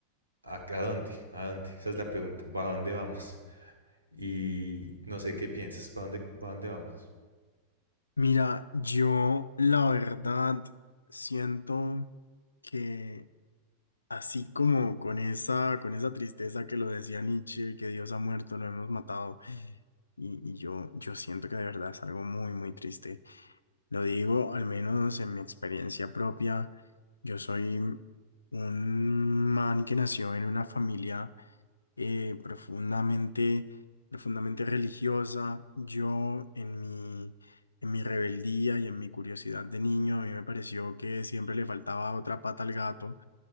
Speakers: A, on the right; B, on the left.
A: ¿A, a dónde? ¿A dónde? Esa es la pregunta. ¿Para dónde vamos? Y no sé qué piensas, ¿para dónde, para dónde vamos?
B: Mira, yo la verdad siento que así como con esa, con esa tristeza que lo decía Nietzsche, que Dios ha muerto, lo hemos matado, y, y yo, yo siento que de verdad es algo muy, muy triste Lo digo, al menos en mi experiencia propia, yo soy un man que nació en una familia eh, profundamente, profundamente religiosa. Yo en mi, en mi rebeldía y en mi curiosidad de niño, a mí me pareció que siempre le faltaba otra pata al gato.